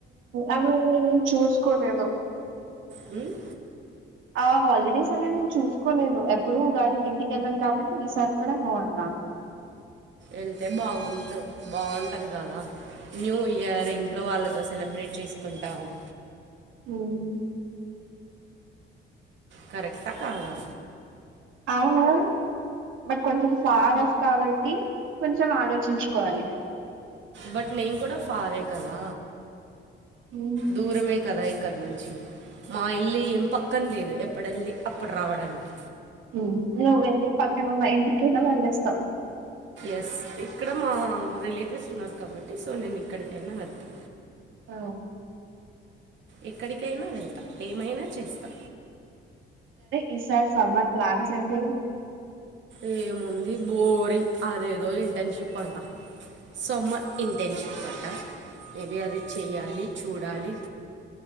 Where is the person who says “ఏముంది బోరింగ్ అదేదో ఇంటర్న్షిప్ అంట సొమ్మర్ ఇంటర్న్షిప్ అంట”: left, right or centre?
Right